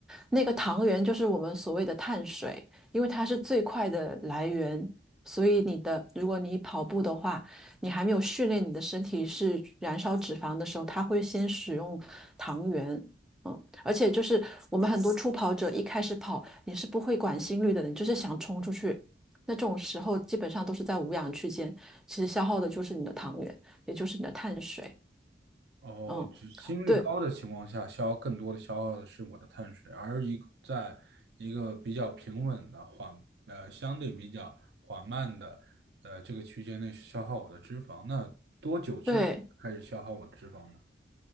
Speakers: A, in the centre; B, on the right.
A: 那个糖原就是我们所谓的碳水，因为它是最快的来源，所以你的，如果你跑步的话，你还没有训练你的身体是燃烧脂肪的时候，它会先使用糖原。嗯，而且就是我们很多初跑者一开始跑，你是不会管心率的，你就是想冲出去。那这种时候基本上都是在无氧区间，其实消耗的就是你的糖原，也就是你的碳水。
B: 哦，
A: 嗯，
B: 只心率高的情况下，
A: 对
B: 消耗更多的消耗的是我的碳水，而一个在一个比较平稳的缓呃相对比较缓慢的呃这个区间内消耗我的脂肪，那多久之后开始消耗我的脂肪呢？
A: 对，